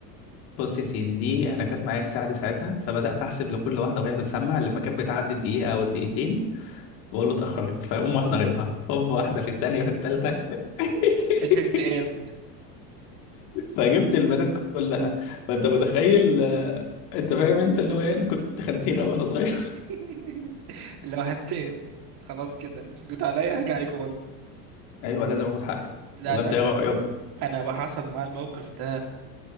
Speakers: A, on the left; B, on the right.
A: بص يا سيدي دي أنا كانت معايا الساعة دي ساعتها فبدأت أحسب لكل واحدة وهي بتسمع لما كانت بتعدي الدقيقة أو الدقيقتين بقول له اتأخرت فيقوم واحدة غيبها هوب واحدة في التانية في التالتة <laughs>
B: الانتقام
A: فجبت البنات كلها فأنت متخيل آه، أنت فاهم أنت اللي هو إيه أنا كنت خنزيرة وأنا صغير
B: <laughs> لو هنتقم خلاص كده جيت عليا هاجي عليكم برضه
A: <laughs> أيوه لازم آخد حقي
B: لا
A: ولا
B: انا
A: أنت إيه رأيك؟
B: انا بقى حصل معايا الموقف ده